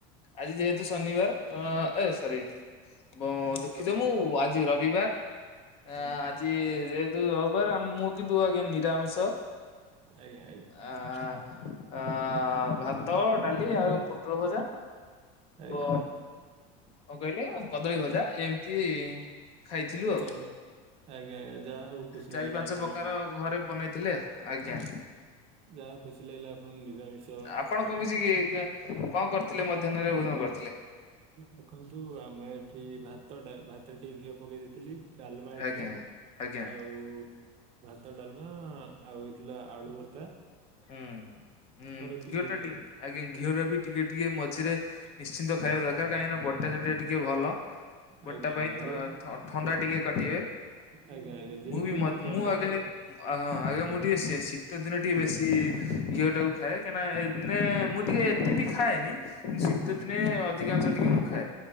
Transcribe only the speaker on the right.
ରବିବାର
ହଁ
ଆଜ୍ଞା ଆଜ୍ଞା।
ଆଜ୍ଞା
ଚାରି ଆଜ୍ଞା ଆଜ୍ଞା ଯାହା ହଉ ଖୁସି
ଲାଗିଲା
ଆପଣ
ଯାହାହଉ ଖୁସି ଲାଗିଲା, ଆପଣ ନିରାମିଷ
ତ
ଦେଖନ୍ତୁ ଆମେ ଏଠି ଭାତ ଟା ଭାତରେ ଟିକେ ଘିଅ ପକେଇ ଦେଇଥିଲି। ଡାଲମା ହେଇଥିଲା
ଆଉ ଭାତ ଡାଲମା ଆଉ ହେଇଥିଲା ଆଳୁ ଭର୍
ଏତିକି
ହେଇଥିଲା
ଆଜି
ଆଜ୍ଞା
ଆଜ୍ଞା
ଯେ
ଆଜ୍ଞା ଆଜ୍ଞା ଯେହେତୁ
ଏଇ
ଯୋଉ ବର୍ଷା
ପାଗ
ହ
ହୁଁ